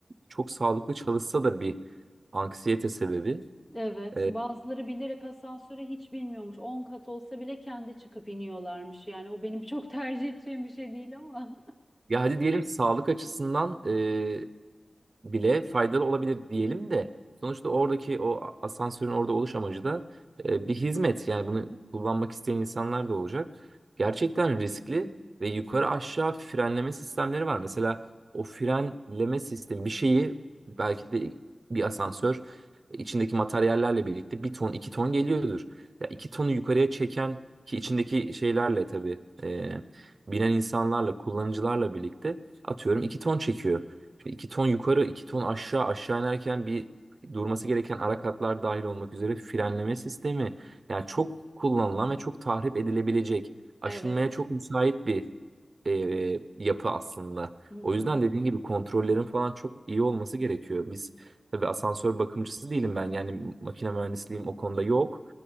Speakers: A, on the right; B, on the left.
A: çok sağlıklı çalışsa da bir anksiyete sebebi.
B: Evet,
A: Ee,
B: bazıları bilerek asansöre hiç bilmiyormuş. on kat olsa bile kendi çıkıp iniyorlarmış. Yani o benim <laughs> çok tercih edeceğim bir şey değil ama.
A: ya hadi diyelim sağlık açısından e, bile faydalı olabilir diyelim de sonuçta oradaki o asansörün orada oluş amacı da e, bir hizmet. Yani bunu kullanmak isteyen insanlar da olacak. Gerçekten riskli ve yukarı aşağı frenleme sistemleri var. Mesela o frenleme sistemi bir şeyi belki de bir asansör içindeki materyallerle birlikte bir ton iki ton geliyordur. Ya iki tonu yukarıya çeken ki içindeki şeylerle tabii e, binen insanlarla kullanıcılarla birlikte atıyorum iki ton çekiyor. Şimdi iki ton yukarı, iki ton aşağı, aşağı inerken bir durması gereken ara katlar dahil olmak üzere frenleme sistemi. Yani çok kullanılan ve çok tahrip edilebilecek, aşınmaya
B: Evet.
A: çok müsait bir e, yapı aslında.
B: Hı hı.
A: O yüzden dediğin gibi kontrollerin falan çok iyi olması gerekiyor. Biz tabii asansör bakımcısı değilim ben. Yani makine mühendisliğim o konuda yok.